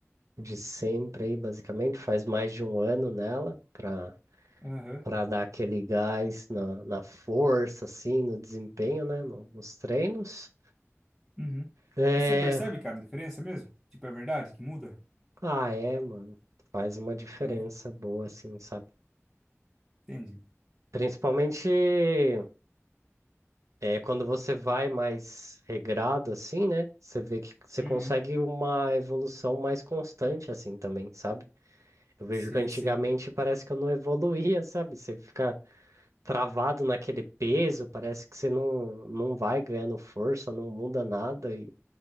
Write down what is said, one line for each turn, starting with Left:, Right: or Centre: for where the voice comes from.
Right: de sempre aí, basicamente. Faz mais de um ano nela, pra,
Centre: Aham.
Right: pra dar aquele gás na, na força, assim, no desempenho, né? no- Nos treinos.
Centre: Uhum.
Right: É...
Centre: E você percebe, cara, a diferença mesmo? Tipo, é verdade que muda?
Right: Ah, é, mano. Faz uma diferença
Centre: É,
Right: boa, assim, sabe?
Centre: entendi.
Right: Principalmente. É, quando você vai mais regrado assim, né? Você vê que você
Centre: Uhum.
Right: consegue uma evolução mais constante assim também, sabe? Eu vejo
Centre: Sei,
Right: que antigamente
Centre: sei.
Right: parece que eu não evoluía, sabe? Você fica travado naquele peso, parece que você não, não vai ganhando força, não muda nada e não